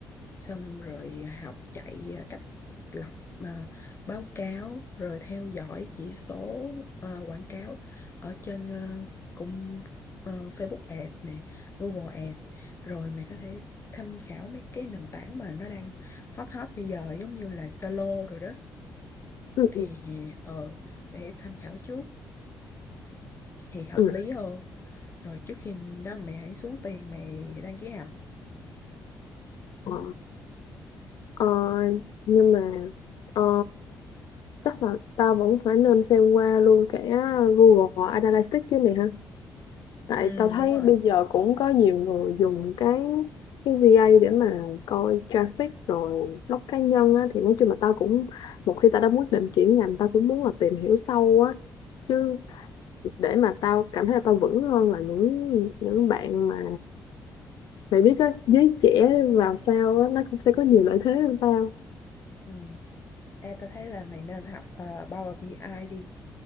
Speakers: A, on the left; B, on the left.
A: xong rồi học chạy à, cách lập à, báo cáo rồi theo dõi chỉ số à, quảng cáo ở trên à, cung à, Facebook Ads nè Google Ads rồi mày có thể tham khảo mấy cái nền tảng mà nó đang hot hot bây giờ giống như là Zalo rồi đó
B: ừ
A: thì
B: ừ,
A: ờ, để tham khảo trước thì hợp
B: ừ.
A: lý hơn rồi trước khi đó mẹ hãy xuống tiền mày đăng ký học ừ,
B: Ờ, ờ, nhưng mà ờ, chắc là tao vẫn phải nên xem qua luôn cả Google Analytics chứ mày ha tại
A: ừ
B: tao thấy
A: đúng rồi
B: bây giờ cũng có nhiều người dùng cái cái VA để mà coi traffic rồi blog cá nhân á thì nói chung là tao cũng một khi tao đã quyết định chuyển ngành tao cũng muốn là tìm hiểu sâu á chứ để mà tao cảm thấy là tao vững hơn là những những bạn mà mày biết á giới trẻ vào sau á nó cũng sẽ có nhiều lợi thế hơn tao
A: ừ. Ê, tao thấy là mày nên học ờ, Power BI ai đi